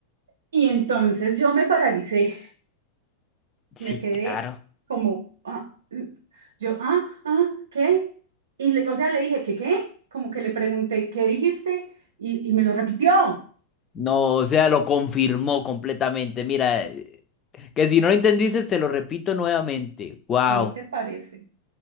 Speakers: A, on the right; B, on the left.
A: Y entonces yo me paralicé,
B: sí,
A: me quedé
B: claro.
A: como, ah, mm, yo, ah, ah, ¿qué? Y le- o sea, le dije, ¿qué, qué? Como que le pregunté, ¿qué dijiste? Y, y me lo repitió.
B: No, o sea, lo confirmó completamente. Mira, eh, que si no lo entendiste, te lo repito nuevamente. Wow.
A: ¿Cómo te parece?